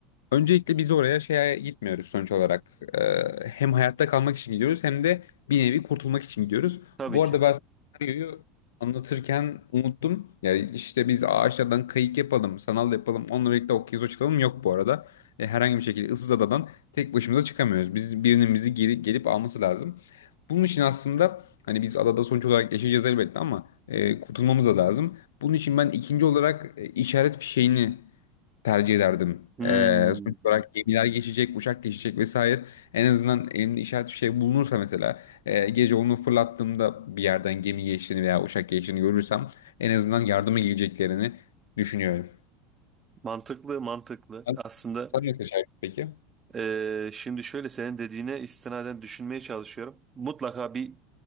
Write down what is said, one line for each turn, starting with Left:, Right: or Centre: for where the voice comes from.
Left: Öncelikle biz oraya şeye gitmiyoruz sonuç olarak. Ee, hem hayatta kalmak için gidiyoruz hem de bir nevi kurtulmak için gidiyoruz.
Right: Tabii
Left: Bu arada
Right: ki.
Left: ben senaryoyu anlatırken unuttum. Ya işte biz ağaçlardan kayık yapalım, sanal yapalım, onunla birlikte okyanus açılalım yok bu arada. E, herhangi bir şekilde ıssız adadan tek başımıza çıkamıyoruz. Biz birinin bizi geri, gelip alması lazım. Bunun için aslında hani biz adada sonuç olarak yaşayacağız elbette ama e, kurtulmamız da lazım. Bunun için ben ikinci olarak e, işaret fişeğini tercih ederdim.
Right: Hmm.
Left: Ee, sonuç olarak gemiler geçecek, uçak geçecek vesaire. En azından elimde işaret bir şey bulunursa mesela e, gece onu fırlattığımda bir yerden gemi geçtiğini veya uçak geçtiğini görürsem en azından yardıma geleceklerini düşünüyorum.
Right: Mantıklı, mantıklı.
Left: Sen
Right: Aslında
Left: sen ne seçerdin peki?
Right: eee, şimdi şöyle senin dediğine istinaden düşünmeye çalışıyorum. Mutlaka bir